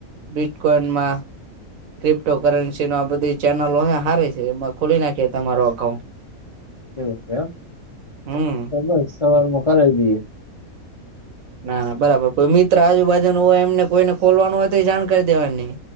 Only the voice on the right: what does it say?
બિટકોઈનમાં ક્રિપ્ટો કરન્સી નું આ બધી ચેનલો હારે છે, એમાં ખોલી નાખીએ તમારો અકાઉન્ટ.
હમ
ના ના બરાબર. કોઈ મિત્ર આજુબાજુનું હોય એમને કોઈને ખોલવાનું હોય તો જાણ કરી દેવાની.